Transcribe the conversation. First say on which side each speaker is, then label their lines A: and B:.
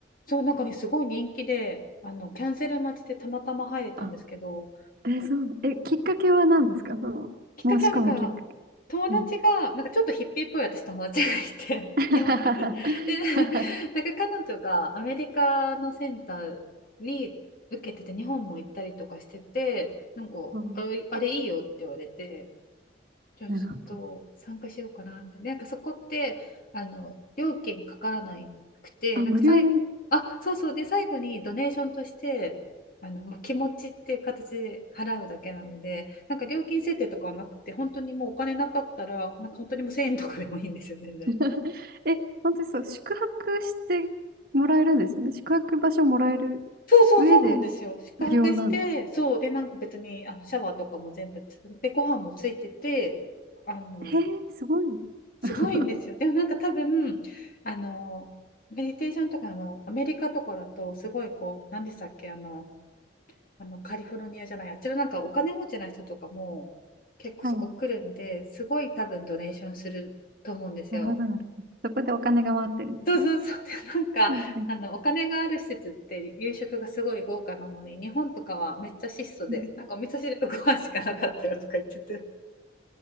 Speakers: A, on the left; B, on the right.
A: そう、なんかね、すごい人気で、あのキャンセル待ちでたまたま入れたんですけど、
B: あ、え、そう、え、きっかけは何ですかそ
A: きっかけはなんか、
B: の、申し込むきっかけ。
A: 友達が、
B: うん。
A: なんかちょっとヒッピーっぽい私友達がいて、
B: <laughs>
A: <laughs> 日本 <laughs> で、なんか彼女がアメリカのセンターに受けてて、日本も行ったりとかしてて、なんか、
B: そう
A: あれ、あれいいよって言われて、じゃあちょっと参加しようかなみたいな。
B: なるほど。
A: なんかそこって、あの、料金かからなくて、
B: あ、
A: なんか最後、
B: 無料で。
A: あ、そうそう、で、最後にドネーションとして、あの、まあ、気持ちって形で払うだけなので、なんか料金設定とかはなくて、本当にもうお金なかったら、なんか本当にもう1000円とかでもいいんですよ、全然。
B: <laughs> え、本当にそう、宿泊してもらえるんですよね。宿泊場所もらえる
A: そうそうそうなんですよ。
B: 上で
A: 宿泊して、
B: 無料なの。
A: そう、で、なんか別にあのシャワーとかも全部つ、で、ご飯もついてて、あの、
B: へえ、すごい。
A: すごいんですよ。
B: <laughs>
A: でもなんか多分、あの、メディテーションとかあの、アメリカとかだと、すごいこう、何でしたっけ、あの、あのカリフォルニアじゃない、あっちのなんかお金持ちな人とかも結構そこ来るんで、
B: はい。
A: すごい多分ドネーションすると思うんですよ。
B: なるほど、なるほど。そこでお金が回ってるんですね。
A: そうそうそう。<laughs> でなんか、
B: はい、はい。
A: あの、お金がある施設って夕食がすごい豪華なのに、日本とかはめっちゃ質素で、
B: うん
A: なんかお味噌汁とご飯しかなかったよとか言ってて。